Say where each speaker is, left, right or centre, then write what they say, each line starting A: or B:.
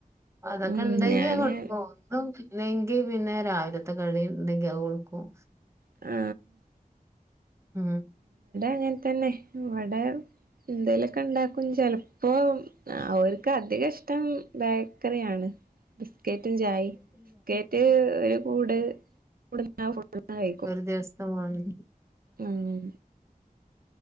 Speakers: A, on the right (about 20°); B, on the right (about 80°).
A: അതൊക്കെ
B: ഉം
A: ഉണ്ടെങ്കി
B: ഞാന്
A: പോ ഇല്ലെങ്കി പിന്നെ രാവിലത്തെ കടി ഉണ്ടെങ്കിൽ കൊടുക്കും
B: ആ
A: ആ
B: അങ്ങനെ തന്നെ വടെ എന്തേലൊക്കെ ഇണ്ടാക്കും ചെലപ്പോ അവർക്ക് അധികം ഇഷ്ടം ബേക്കറിയാണ് ബിസ്കറ്റും ചായ ബിസ്കറ്റ് ഒരു കൂട് <unintelligible>
A: ഒരു ദിവസം വാങ്ങി
B: ഉം